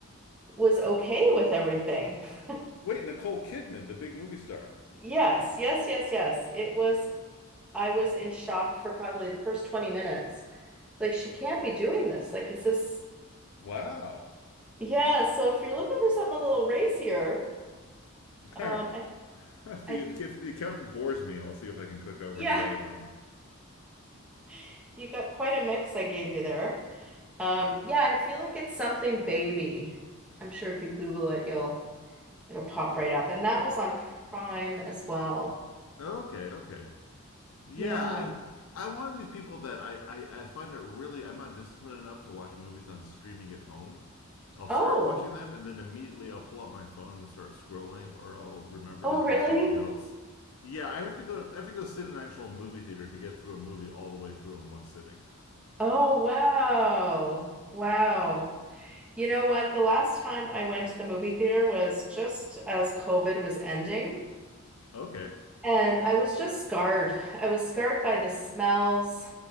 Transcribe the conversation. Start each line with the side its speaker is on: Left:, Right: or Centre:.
Centre: was okay with everything. <laughs>
Left: Wait, Nicole Kidman, the big movie star.
Centre: Yes, yes, yes, yes. It was I was in shock for probably the first 20 minutes. Like she can't be doing this. Like is this
Left: Wow.
Centre: Yeah, so if you're looking for something a little racier,
Left: All
Centre: um
Left: right. <laughs>
Centre: I
Left: If the,
Centre: I
Left: if the accountant bores me, I'll see if I can click over
Centre: yeah,
Left: to the other one.
Centre: <laughs> you got quite a mix I gave you there. Um, yeah, I feel like it's something baby. I'm sure if you Google it, you'll it'll pop
Left: E,
Centre: right up. And that was on Prime as well.
Left: Okay, okay. Yeah,
Centre: Yeah.
Left: I I'm one of these people that I, I I find it really I'm not disciplined enough to watch movies on streaming at home. I'll start
Centre: Oh,
Left: watching them and then immediately I'll pull up my phone and start scrolling, or I'll remember
Centre: oh,
Left: to do
Centre: really?
Left: something else. Yeah, I have to go. I have to go sit in an actual movie theater to get through a movie all the way through in one sitting.
Centre: Oh, wow. Wow. You know what? The last time I went to the movie theater was just as COVID was ending,
Left: Okay.
Centre: and I was just scarred. I was scarred by the smells.